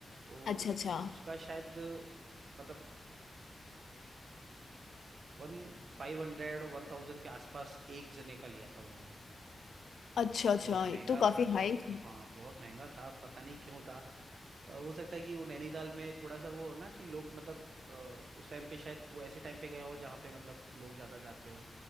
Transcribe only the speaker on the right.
तो
उसका शायद मतलब वन फाइव हंड्रेड और वन थाउजेंड के आसपास एक जने का लिया था उन्होंने
बहुत
महंगा
था शायद
हाँ बहुत महंगा था पता नहीं क्यों था अ, हो सकता है कि वो नैनीताल में थोड़ा सा वो हो ना कि लोग मतलब अ, उस टाइम पे शायद वो ऐसे टाइम पे गया हो जहाँ पे मतलब लोग ज़्यादा जाते हो